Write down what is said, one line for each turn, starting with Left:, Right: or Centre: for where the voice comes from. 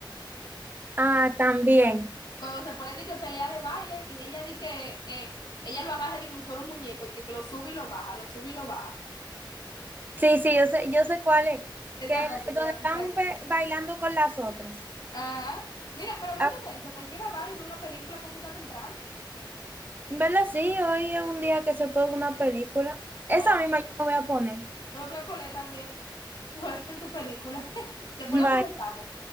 Right: Ah, también.
Left: Cuando se ponen de que pelea de baile y ella di que eh, ella lo agarra di como si fuera un muñeco, de que, que lo sube y lo baja, lo sube y lo baja.
Right: Sí, sí, yo sé, yo sé cuál es.
Left: Esa
Right: Que
Left: parte
Right: el-
Left: me
Right: donde
Left: da
Right: están
Left: mucha risa.
Right: ba- bailando con las otras.
Left: Ajá. Mira, pero hablando
Right: Ah,
Left: de eso, cualquiera va y ve una película porque está temprano.
Right: en ¿verdad? Sí, hoy es un día que se puede ver una película. Esa
Left: Voy a,
Right: misma yo me voy a poner.
Left: me voy a poner también suerte en tu película. <laughs> Después
Right: <laughs>
Left: la
Right: Bye.
Left: comentamos.